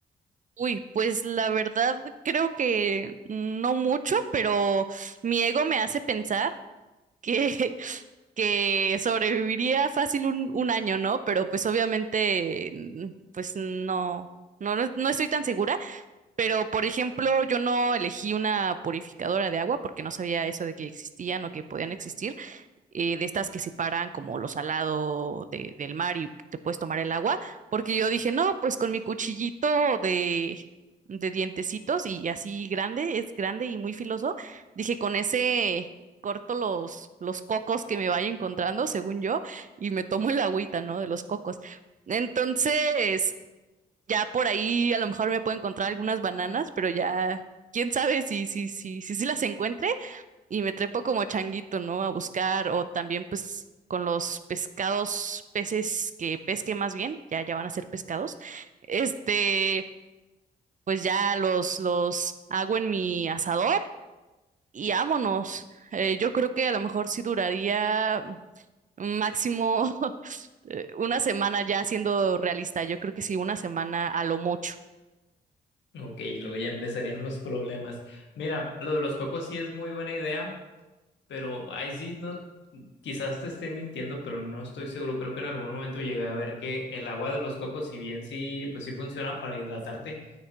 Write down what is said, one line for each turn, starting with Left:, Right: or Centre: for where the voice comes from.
Right: Uy, pues la verdad creo que no mucho, pero mi ego me hace pensar que, <laughs> que sobreviviría fácil un, un año, ¿no? Pero pues obviamente, mm, pues no, no, no no estoy tan segura. Pero por ejemplo, yo no elegí una purificadora de agua porque no sabía eso de que existían o que podían existir eh, de estas que separan como lo salado de- del mar y te puedes tomar el agua, porque yo dije, no, pues con mi cuchillito de, de dientecitos y así grande, es grande y muy filoso, dije, con ese corto los, los cocos que me vaya encontrando, según yo, y me tomo el agüita, ¿no? De los cocos. Entonces, ya por ahí a lo mejor me puedo encontrar algunas bananas, pero ya, quién sabe si, si, si, si, si las encuentre y me trepo como changuito, ¿no? A buscar o también pues con los pescados, peces que pesque más bien, ya ya van a ser pescados. Este, pues ya los los hago en mi asador y vámonos. Eh, yo creo que a lo mejor sí duraría máximo <laughs> eh, una semana ya siendo realista. Yo creo que sí, una semana a lo mucho.
Left: Ok, luego ya empezarían los problemas. Mira, lo de los cocos sí es muy buena idea, pero ahí sí no, quizás te esté mintiendo, pero no estoy seguro. Creo que en algún momento llegué a ver que el agua de los cocos, si bien sí, pues sí funciona para hidratarte,